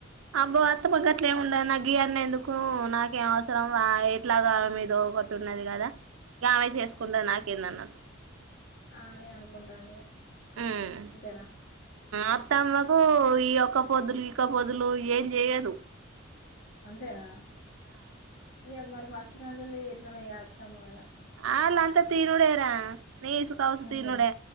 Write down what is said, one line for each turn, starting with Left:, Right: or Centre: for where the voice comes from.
Right: అబ్బో అత్త గట్ల ఎం ఉండ గివన్ని ఎందుకు నాకేం అవసరం ఎట్లాగామె మీద ఒకటి ఉన్నది కదా ఇంక ఆమెే చేసుకుంటది నాకేందన్నట్టు
Left: అమెే అనుకుంటాంది ఇగ
Right: హ్మ్
Left: అంతేనా
Right: అత్తమ్మకు ఈయ ఒక్క పొద్దులు ఇక పొద్దులు ఏం చెయ్యదు
Left: అంతేనా మ <unintelligible> మస్తతికాంజలు <unintelligible> ఎట్లనేఎంతం కదా
Right: అలా అంత తనుడేరా నీ నిసు కవస తనుడే
Left: అంతేనా